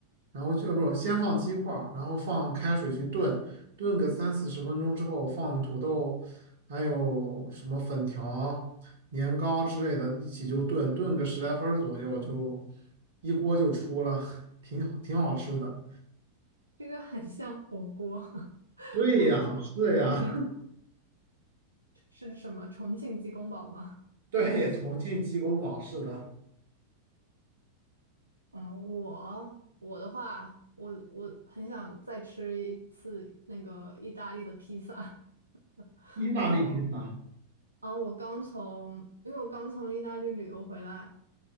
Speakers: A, on the right; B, on the right.
A: 然后就呃不先放鸡块儿，然后放开水去炖，炖个三四十分钟之后放土豆，还有什么粉条、年糕之类的一起就炖，炖个十来分儿左右就一锅就出了，<laughs> 挺好挺好吃的。
B: 这个很像火锅，<laughs>
A: 对呀，
B: 我不知道昨天
A: 是呀，
B: 是什么重庆鸡公煲吗？
A: <laughs> 对，重庆鸡公煲是的。
B: 嗯，我我的话，我我很想再吃一次那个意大利的披萨。<laughs>
A: 意大利披萨，
B: 我有，啊，我刚从，因为我刚从意大利旅游回来，